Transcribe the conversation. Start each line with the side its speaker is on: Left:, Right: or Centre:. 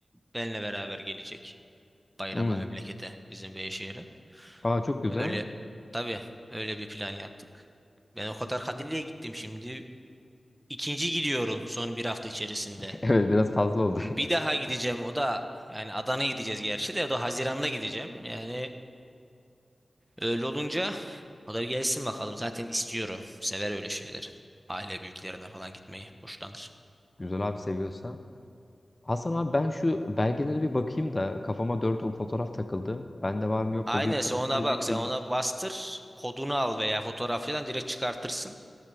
Right: benle beraber gelecek bayrama
Left: Hmm.
Right: memlekete bizim Beyşehir'e.
Left: Aa çok güzel.
Right: Öyle tabii öyle bir plan yaptık. Ben o kadar Kadirli'ye gittim şimdi. ikinci gidiyorum son bir hafta içerisinde.
Left: <laughs> Evet biraz fazla oldu.
Right: Bir daha gideceğim o da yani Adana'ya gideceğiz gerçi de o da Haziran'da gideceğim. Yani öyle olunca O da bir gelsin bakalım. Zaten istiyor o. Sever öyle şeyleri. Aile büyüklerine falan gitmeyi hoşlanır.
Left: <laughs> Güzel abi seviyorsa. Hasan abi ben şu belgelere bir bakayım da kafama dört o fotoğraf takıldı. Bende var mı yok
Right: Aynen
Left: mu bir kontrol
Right: sen ona
Left: edeyim
Right: bak.
Left: geleyim.
Right: Sen ona bastır. Kodunu al veya fotoğrafçıdan direkt çıkartırsın.